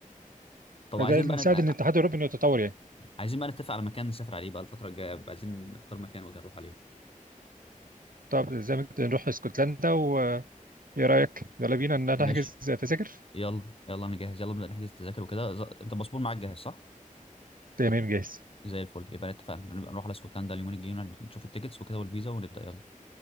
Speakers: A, on the left; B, on the right.
A: طب
B: فده
A: عايزين
B: اللي
A: بقى
B: مساعد
A: نت...
B: ان الاتحاد الاوروبي انه يتطور يعني
A: عايزين بقى نتفق على مكان نسافر عليه بقى الفتره الجايه عايزين نختار مكان وجاي نروح عليه
B: طب زي ما قلت نروح اسكتلندا وايه رايك يلا بينا ان
A: ماشي
B: نحجز تذاكر
A: يلا يلا انا جاهز يلا نبدا نحجز التذاكر وكده ز- انت الباسبور معاك جاهز صح
B: تمام جاهز
A: زي الفل يبقى اتفقنا هنبقى نروح على اسكتلندا اليومين الجايين نشوف التيكتس وكده والفيزا ونبدا يلا